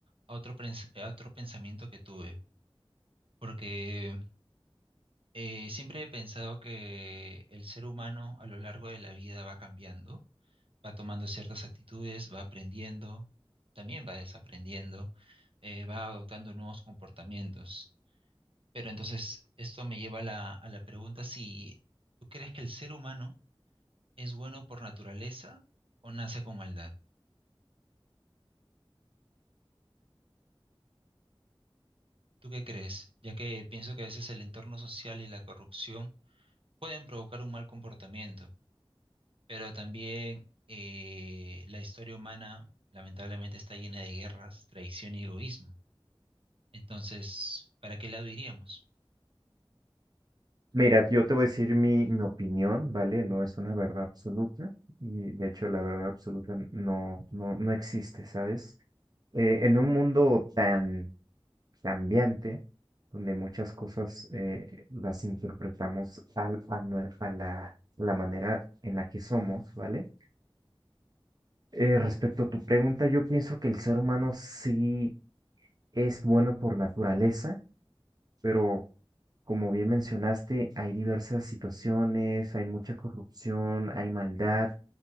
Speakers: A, on the right; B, on the right.
A: a otro, prens- a otro pensamiento que tuve, porque eh, siempre he pensado que el ser humano a lo largo de la vida va cambiando, va tomando ciertas actitudes, va aprendiendo, también va desaprendiendo, eh, va adoptando nuevos comportamientos. Pero entonces esto me lleva a la, a la pregunta si tú crees que el ser humano es bueno por naturaleza o nace con maldad. ¿Tú qué crees? Ya que pienso que a veces el entorno social y la corrupción pueden provocar un mal comportamiento, pero también eh, la historia humana lamentablemente está llena de guerras, traición y egoísmo. Entonces, ¿para qué lado iríamos?
B: Mira, yo te voy a decir mi, mi opinión, ¿vale? No es una verdad absoluta y de hecho la verdad absoluta no, no, no existe, ¿sabes? Eh, en un mundo tan cambiante, donde muchas cosas eh, las interpretamos al- a, nue- a la, la manera en la que somos, ¿vale? Eh, respecto a tu pregunta, yo pienso que el ser humano sí es bueno por naturaleza, pero como bien mencionaste, hay diversas situaciones, hay mucha corrupción, hay maldad,